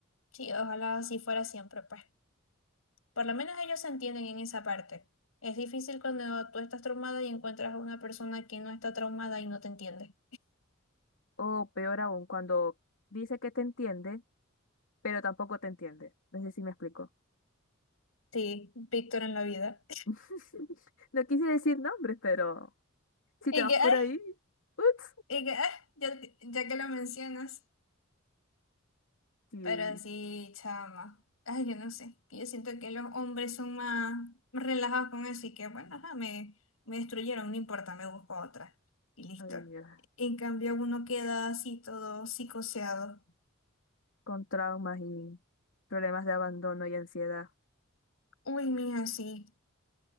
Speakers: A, on the left (about 85°); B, on the left (about 70°).
A: sí, ojalá así fuera siempre, pues. Por lo menos ellos se entienden en esa parte. Es difícil cuando tú estás traumada y encuentras a una persona que no está traumada y no te entiende.
B: O peor aún, cuando dice que te entiende, pero tampoco te entiende. No sé si me explico.
A: Sí, Víctor en la vida. <laughs>
B: <laughs> No quise decir nombres, pero si
A: Y
B: te vas
A: que, ay,
B: por ahí, ups.
A: y que, ay, ya, te- ya que lo mencionas.
B: Sí,
A: Pero sí, chama. Ay, yo no sé. Yo siento que los hombres son más relajados con eso y que, bueno, ajá, me, me destruyeron, no importa, me busco otra. Y listo.
B: ay, Dios.
A: En cambio, uno queda así todo psicoseado.
B: Con traumas y problemas de abandono y ansiedad.
A: Uy, mija, sí.